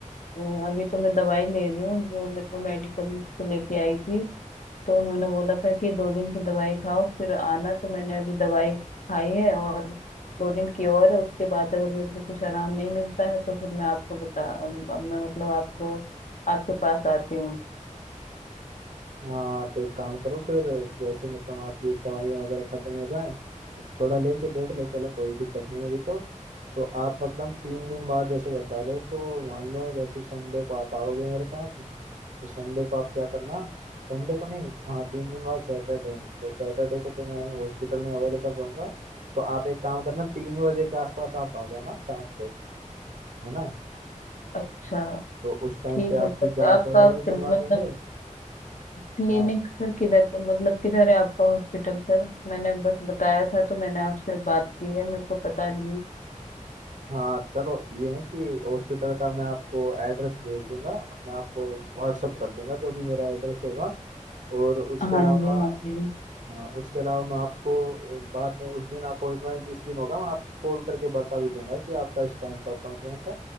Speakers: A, on the left; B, on the right.
A: अ, अभी तो मैं दवाई ले रही हूँ जो मेरे को मेडिकल से लेके आई थी तो उन्होंने बोला था कि दो दिन की दवाई खाओ फिर आना तो मैंने अभी दवाई खाई है और दो दिन की और है उसके बाद अगर मेरे को कुछ आराम नहीं मिलता है तो फिर मैं आपको बता मैं मतलब आपको आपके पास आती हूँ
B: हाँ आप एक काम करो फिर जैसे मतलब आपकी दवाइयाँ वगैरह खत्म हो जाए थोड़ा लेके देख लो चलो कोई दिक्कत नहीं है अभी तो तो आप मतलब तीन दिन बाद जैसे बता रहे हो तो मान लो जैसे संडे को आप आओगे मेरे पास तो संडे को आप क्या करना संडे को नहीं हाँ तीन दिन बाद सैटरडे है तो सैटरडे को तो मैं हॉस्पिटल में अवेलेबल रहूंगा तो आप एक काम करना तीन बजे के आसपास आप आ जाना शाम को है ना
A: अच्छा
B: तो उस टाइम
A: ठीक
B: पे आपकी
A: है सर
B: जांच
A: आपका
B: वगैरह
A: क्ल-
B: भी करवा
A: मतलब
B: देंगे
A: क्लिनिक
B: हाँ
A: सर किधर पे- मतलब किधर है आपका हॉस्पिटल सर मैंने बस बताया था तो मैंने आपसे बात की है मेरे को पता नहीं है
B: हाँ चलो ये है कि हॉस्पिटल का मैं आपको एड्रेस भेज दूंगा मैं आपको व्हाट्सअप कर दूंगा जो भी मेरा एड्रेस होगा और उसके
A: हाँ
B: अलावा
A: जी हाँ जी
B: हाँ उसके अलावा मैं आपको बाद में उस दिन अपॉइंटमेंट जिस दिन होगा मैं आपको कॉल करके बता भी दूंगा कि आपका इस टाइम का अपॉइंटमेंट है